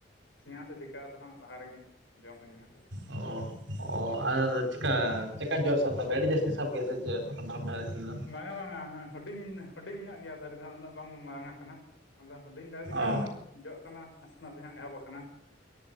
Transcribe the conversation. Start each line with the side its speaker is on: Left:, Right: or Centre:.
Left: ᱥᱮᱭᱟ ᱥᱮ ᱪᱤᱠᱟ ᱦᱟᱸᱜ ᱜᱮ ᱫᱚ ᱦᱟᱸᱜ ᱞᱟᱦᱟ ᱨᱮ ᱜᱮ ᱡᱚᱢ ᱦᱩᱭ ᱮᱱᱟ᱾
Right: ᱚ ᱚ, ᱟᱨ ᱪᱮᱠᱟ ᱪᱮᱠᱟ ᱡᱚᱥ ᱥᱟᱵ ᱛᱮ ᱟᱹᱰᱤ ᱡᱟᱹᱥᱛᱤ ᱥᱟᱵ ᱜᱮᱭᱟ ᱥᱮ ᱪᱮᱫ ᱠᱟᱱᱴᱷᱟᱲ ᱫᱟᱨᱮ ᱨᱮᱫᱚ?
Left: ᱵᱟᱝᱟ ᱵᱟᱝᱟ ᱦᱩᱰᱤᱧ ᱦᱩᱰᱤᱧ ᱧᱚᱜ ᱜᱮᱭᱟ ᱫᱟᱨᱮ ᱫᱚ ᱦᱟᱸᱜ ᱩᱱᱟᱹᱜ ᱵᱟᱝ ᱢᱟᱨᱟᱝ ᱟᱠᱟᱱᱟ, ᱟᱫᱚ ᱦᱩᱰᱤᱧ ᱟᱫᱚ ᱟᱹᱰᱤ ᱜᱟᱱ
Right: ᱚ
Left: ᱚᱱᱟ ᱡᱚᱜ ᱠᱟᱱᱟ ᱱᱮᱥᱮᱱᱟᱜ ᱜᱮ ᱦᱟᱸᱜ ᱮᱦᱚᱵ ᱟᱠᱟᱱᱟ